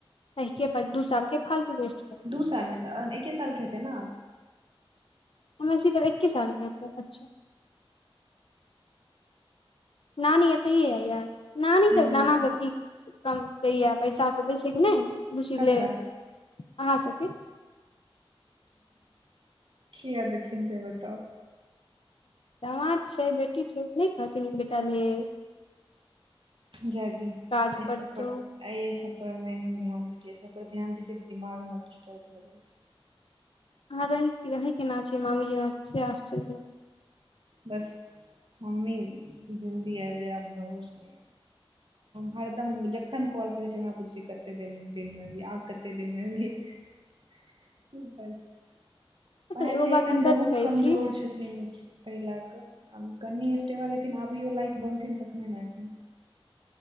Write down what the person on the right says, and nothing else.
दू साल नहि तहन एके साल हेतै ने।
हूँ
ककरा
किया देथिन से बताउ
जाय दिअ
ई
सब पर एहि सब पर नहि हम ध्यान दै छियै एहि सब पर ध्यान दै छियै तऽ दिमाग हमर डिस्टर्ब भए जाइ छै।
बस मम्मी जल्दी आबि जाय बर आब भरोस नहि यै हरदम जखन कॉल करै छै हमरा पुछेल कते दिन ऐबहि आब कते दिन मे भी।
बस उएह छै
पाईके
ए। खन
बहुत
कमजोर
छथिन ताहि लए कऽ आब कनि स्टेबल हेथिन आबियौ लाइक बनथिन तखने ने एेथिन।